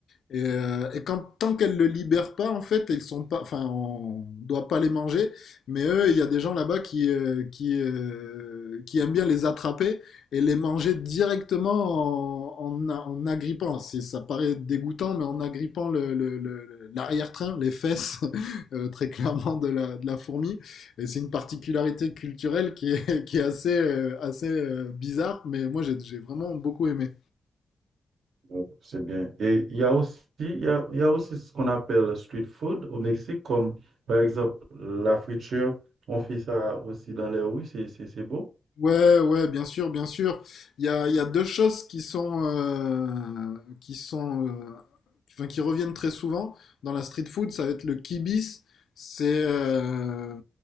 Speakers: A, on the left; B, on the right.
A: Et, euh, et quand, tant qu'elles ne le libèrent pas, en fait, ils sont pas, enfin, on ne doit pas les manger. Mais eux, il y a des gens là-bas qui, euh, qui, euh, qui aiment bien les attraper et les manger directement en, en, en agrippant. C'est- Ça paraît dégoûtant, mais en agrippant le, le- le- l'arrière-train, les fesses, <laughs> euh, très clairement, de la, de la fourmi. Et c'est une particularité culturelle qui est, <laughs> qui est assez, euh, assez euh, bizarre, mais moi, j'ai j'ai vraiment beaucoup aimé.
B: Ouais, C'est bien. Et il y a aussi, il y a, il y a aussi ce qu'on appelle le street food au Mexique, comme par exemple la friture. On fait ça aussi dans les rues, c'est c'est- c'est beau.
A: Ouais, ouais, bien sûr, bien sûr. Il y a, il y a deux choses qui sont, euh, qui sont, euh, qui, enfin, qui reviennent très souvent dans la street food. Ça va être le kibis. C'est, euh,